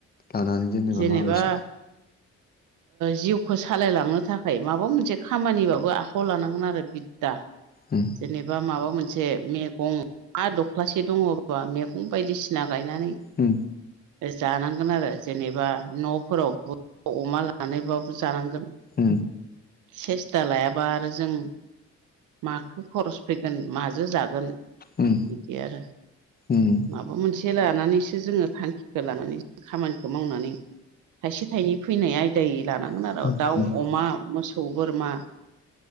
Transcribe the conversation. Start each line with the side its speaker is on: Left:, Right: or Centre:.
Left: दानानि जन्द
Right: जेनेबा
Left: माबस
Right: जिउखौ सालायलांनो थाखाय माबा मोनसे खामानिबाबो आखायाव लानांगोन आरो बिद्दा
Left: उम
Right: जेनेबा माबा मोनसे मैगं ह दख्लासे दङबा मगं बिफां बायदिसिना गायनानै
Left: उम
Right: जानांगौ आरो जेनेबा न'फोराव अमा लानानैबाबो जानांगोन
Left: ह
Right: सेस्था लायाबा आरो जों मखौो खरस फैगोन माजों जागोन
Left: उम
Right: बिदि आरो
Left: उम
Right: माबा मोनसे लानानैसो जोङो थांखिखौ लानानै खामानिखौ मावनानै थाइसे थाइनै फैनाय आयदायै लानांगोन
Left: होमबा
Right: आरो। दाउ अमा मोसौ बोरमा